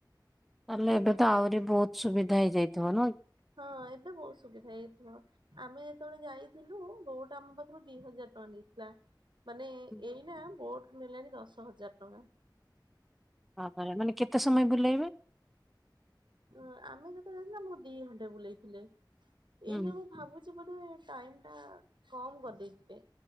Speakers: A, in the centre; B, on the right (about 80°).
A: ତାହେଲେ ଏବେ ତ ଆହୁରି ବହୁତ ସୁବିଧା ହେଇଯାଇଥିବ ନୁହଁ
B: ହଁ ଏବେ ବହୁତ ସୁବିଧା ହେଇଯାଇଥିବ। ଆମେ ଯେତେବେଳେ ଯାଇଥିଲୁ ବୋଟ୍ ଆମ ପାଖରୁ ଦି ହଜାର ଟଙ୍କା ନେଇଥିଲା। ମାନେ ଏ-ଏଇନା
A: ହୁଁ।
B: ବୋଟ ନେଲାଣି ଦଶ ହଜାର ଟଙ୍କା।
A: ବାବାରେ, ମାନେ କେତେ ସମୟ ବୁଲେଇବେ?
B: ହଁ ଆମେ ଯେତେବେଳେ ଯାଇଥିଲୁ ଆମକୁ ଦି ଘଣ୍ଟା ବୁଲେଇଥିଲେ।
A: ହୁଁ
B: ଏଇନେ ମୁଁ ଭାବୁଛି ଛି ବୋଧେ ଟାଇମଟା କମ କରିଦେଇଥିବେ।